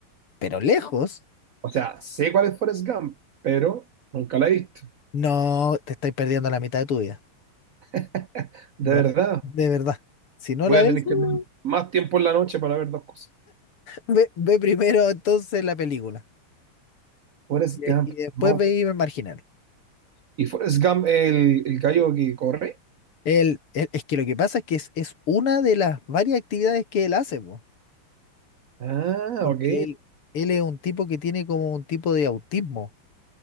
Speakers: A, on the left; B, on the right.
A: pero lejos.
B: O sea, sé cuál es Forrest Gump, pero nunca la he visto.
A: No, te estáis perdiendo la mitad de tu vida.
B: <laughs> De
A: No, de
B: verdad.
A: de verdad. Si no
B: Voy
A: la
B: a
A: ves,
B: tener
A: uh,
B: que tener más tiempo en la noche para ver dos cosas.
A: Ve, ve primero entonces la película
B: Forrest
A: y, de-
B: Gump,
A: y después
B: no.
A: ve el marginal.
B: ¿Y Forrest Gump, el, el gallo que corre?
A: Él, él- es que lo que pasa es que es, es una de las varias actividades que él hace, po,
B: Ah,
A: porque
B: ok.
A: él, él es un tipo que tiene como un tipo de autismo,